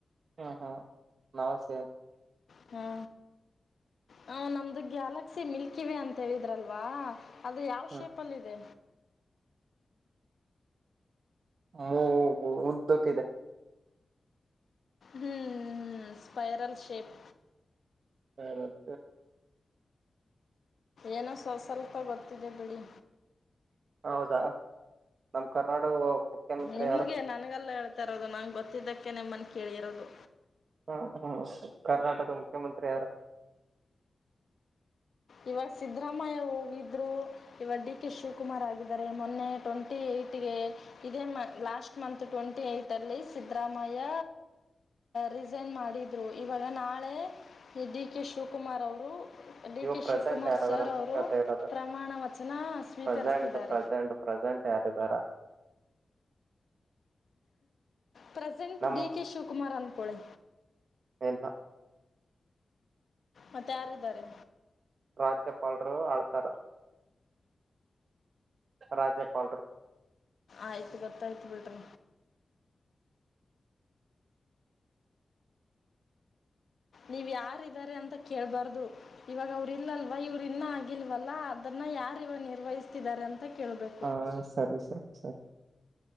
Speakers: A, on the right; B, on the left.
A: ಹ್ಮ್ ಹಾ ನಾವು ಸೇಮ್.
B: ಹ್ಮ ಹ ನಮ್ದು ಗ್ಯಾಲಕ್ಸಿ ಮಿಲ್ಕಿವೇ ಅಂತ ಹೇಳಿದ್ರಲ್ವಾ. ಅದು ಯಾವ್
A: ಹ್ಮ
B: ಶೇಪಲ್ಲಿದೆ?
A: ಅವು ಉದ್ದಕ್ಕಿದೆ.
B: ಹ್ಮ್ ಸ್ಪೈರಲ್ ಶೇಪ್.
A: ಸ್ಪೈರಲ್
B: ಏನೋ ಸೊಸ್ವಲ್ಪ ಗೊತ್ತಿದೆ ಬಿಡಿ.
A: ಹೌದಾ ನಮ್ ಕರ್ನಾಟಕ ಮುಖ್ಯಮಂತ್ರಿ
B: ನಿಮ್ಗೆ,
A: ಯಾರು
B: ನನ್ಗಲ್ಲ ಹೇಳ್ತಾ ಇರೋದು ನಂಗೆ ಗೊತ್ತಿದ್ದಕ್ಕೆ ನಿಮ್ಮನ್ ಕೇಳಿರೋದು.
A: ಹ್ಮ ಹ್ಮ್ ಕರ್ನಾಟಕದ ಮುಖ್ಯಮಂತ್ರಿ ಯಾರು?
B: ಇವಾಗ ಸಿದ್ದರಾಮಯ್ಯ ಹೋಗಿದ್ರು. ಇವದ್ದಿಕ್ಕೆ ಡಿ ಕೆ ಶಿವಕುಮಾರ್ ಆಗಿದ್ದಾರೆ ಮೊನ್ನೆ ಟ್ವೆಂಟಿ ಏಟ್ಗೆ ಇದೇ ಲಾಸ್ಟ್ ಮಂತು ಟ್ವೆಂಟಿ ಏಟ್ ಅಲ್ಲಿ ಸಿದ್ದರಾಮಯ್ಯ ರಿಸೈನ್ ಮಾಡಿದ್ರು, ಇವಾಗ ನಾಳೆ ಡಿ ಕೆ ಶಿವಕುಮಾರ್ ಅವರು ಡಿ
A: ಇವ
B: ಕೆ
A: ಪ್ರೆಸೆಂಟ್
B: ಶಿವಕುಮಾರ್
A: ಯಾರದಾರ
B: ಸರ್
A: ಅಂತ
B: ಅವರು
A: ಕೇಳ್ತಾ ಇರೋದು
B: ಪ್ರಮಾಣ ವಚನ ಸ್ವೀಕರಿಸ್ತಿದ್ದಾರೆ.
A: ಪ್ರೆಸೆಂಟ್ ಪ್ರೆಸೆಂಟ್ ಪ್ರೆಸೆಂಟ್ ಯಾರಿದ್ದಿರಾ?
B: ಪ್ರೆಸೆಂಟ್
A: ನಮ್
B: ಡಿ ಕೆ ಶಿವಕುಮಾರ್ ಅನ್ಕೊಳಿ.
A: ಇಲ್ಲ.
B: ಮತ್ತ್ಯಾರಿದ್ದಾರೆ?
A: ರಾಜ್ಯಪಾಲ್ರು ಆಳ್ತಾರ. ರಾಜ್ಯಪಾಲ್ರು.
B: ಆಯ್ತು ಗೊತ್ತಾಯ್ತು ಬಿಡ್ರಿ. ನೀವು ಯಾರಿದ್ದಾರೆ ಅಂತ ಕೇಳ್ಬಾರ್ದು. ಇವಾಗ ಅವರು ಇಲ್ಲಲ್ವ ಇವ್ರರು ಇನ್ನ ಆಗಿಲ್ವಲ್ಲ ಅದನ್ನ ಯಾರ ಇವಾಗ ನಿರ್ವಹಿಸ್ತಿದ್ದಾರೆ ಅಂತ ಕೇಳ್ಬೇಕು?
A: ಹಾ ಸರಿ ಸರಿ ಸರಿ.